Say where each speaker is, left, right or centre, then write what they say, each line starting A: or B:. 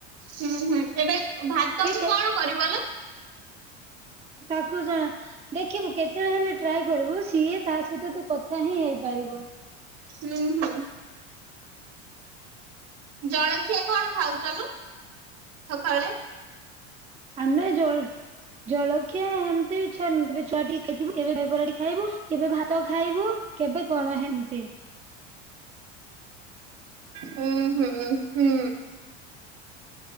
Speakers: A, on the right; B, on the right.
A: ହୁଁ ହୁଁ ଏବେ ଭାତ କୁ
B: କେ
A: କଣ କରିବଲୋ?
B: ତାକୁ ଜଣା ଦେଖିବୁ କେତେବେଳେ ହେଲେ ଟ୍ରାଏ କରିବୁ ସିଏ ତା ସହିତ ତୁ କଥା ହିଁ ହେଇପାରିବୁ।
A: ହୁଁ ହୁଁ। ଜଳଖିଆ କଣ ଖାଉଚ ଲୋ ସକାଳେ?
B: ଆମେ ଜଳ ଜଳଖିଆ ଏମତି ଛନ୍ ଛୁଆଟି ଖାଇଥିବୁ କେବେ ଦହିବରା ଖାଇବୁ କେବେ ଭାତ ଖା ଖାଇବୁ କେବେ କଣ ହେନ୍ତି।
A: ହୁଁ ହୁଁ ହୁଁ।